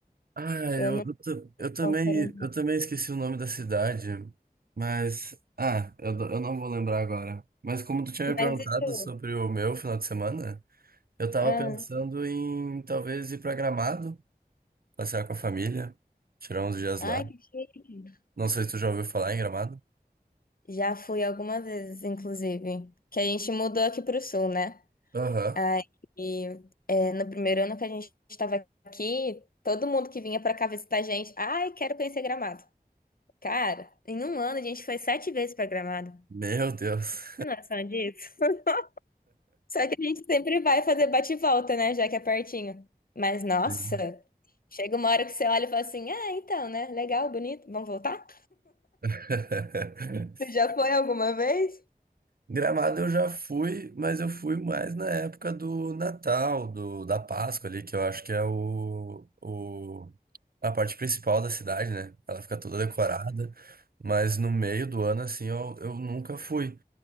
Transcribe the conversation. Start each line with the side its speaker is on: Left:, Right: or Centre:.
Right: Ah,
Left: Eu
Right: eu,
Left: não
Right: eu, ta- eu também,
Left: quero.
Right: eu também esqueci o nome da cidade, mas. Ah, eu, do- eu não vou lembrar agora. Mas como tu tinha me perguntado
Left: Mas e tu?
Right: sobre o meu final de semana, eu tava
Left: Ah,
Right: pensando em talvez ir pra Gramado, passear com a família, tirar uns dias
Left: ai,
Right: lá.
Left: que chique.
Right: Não sei se tu já ouviu falar em Gramado.
Left: Já fui algumas vezes, inclusive. Que a gente mudou aqui pro sul, né?
Right: Aham.
Left: Aí, é, no primeiro ano que a gente estava aqui, todo mundo que vinha pra cá visitar a gente, ai, quero conhecer Gramado. Cara, em um ano a gente foi sete vezes pra Gramado.
Right: Meu Deus.
Left: Tem noção disso? <laughs> Só que a gente sempre vai fazer bate e volta, né? Já que é pertinho. Mas, nossa,
Right: <laughs>
Left: chega uma hora que você olha e fala assim, ah, então, né? Legal, bonito, vamos voltar?
Right: <laughs>
Left: você já foi alguma vez?
Right: Gramado eu já fui, mas eu fui mais na época do Natal, do, da Páscoa ali, que eu acho que é o, o, a parte principal da cidade, né? Ela fica toda decorada, mas no meio do ano, assim, eu, eu nunca fui.